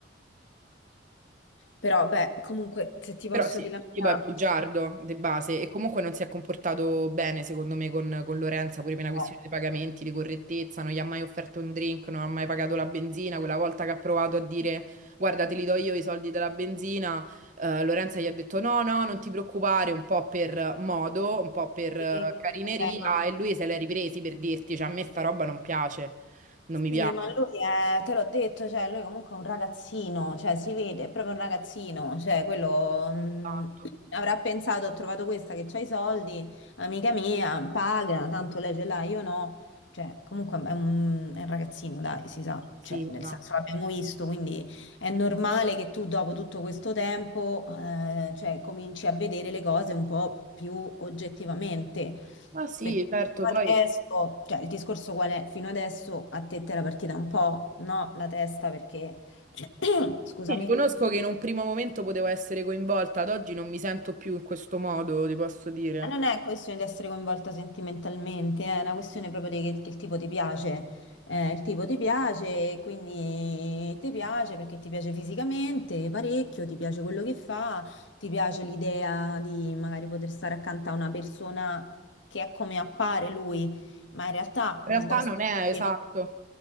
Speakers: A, on the left; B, on the right.
A: Però, beh, comunque, se ti posso
B: Però sì,
A: dire
B: il
A: la
B: tipo
A: mia...
B: è bugiardo di base e comunque non si è comportato bene secondo me con, con Lorenza, pure per una questione
A: No,
B: dei pagamenti, di correttezza, non gli ha mai offerto un drink, non ha mai pagato la benzina, quella volta che ha provato a dire guarda te li do io i soldi della benzina, eh, Lorenza gli ha detto no, no, non ti preoccupare, un po' per modo, un po' per
A: Eh,
B: eh, carineria
A: vabbè, ma
B: e lui se l'è ripresi per dirti, cioè a me sta roba non piace, non mi
A: Sì,
B: piace
A: ma lui è, te l'ho detto, cioè, lui comunque è un ragazzino, cioè, si vede, è proprio un ragazzino, cioè, quello mm,
B: tanto.
A: <clears throat> avrà pensato, ho trovato questa che c'ha i soldi, amica mia, paga, tanto lei ce l'ha, io no, cioè, comunque è un, è un ragazzino, dai, si sa,
B: Sì,
A: cioè, nel
B: ma...
A: senso l'abbiamo visto, quindi è normale che tu dopo tutto questo tempo, eh, cioè, cominci a vedere le cose un po' più oggettivamente.
B: Ma sì,
A: Perché
B: certo,
A: fino
B: poi
A: adesso, cioè il discorso qual è? Fino adesso a te ti era partita un po', no, la testa perché, <clears throat> scusami,
B: Riconosco che in un primo momento potevo essere coinvolta, ad oggi non mi sento più in questo modo, ti posso dire.
A: Eh, Non è questione di essere coinvolta sentimentalmente, è una questione proprio di che, che il tipo ti piace. Eh, il tipo ti piace, quindi ti piace perché ti piace fisicamente parecchio, ti piace quello che fa, ti piace l'idea di magari poter stare accanto a una persona che è come appare lui, ma in realtà
B: In
A: non
B: realtà
A: vuoi stare
B: non è
A: vicino,
B: esatto.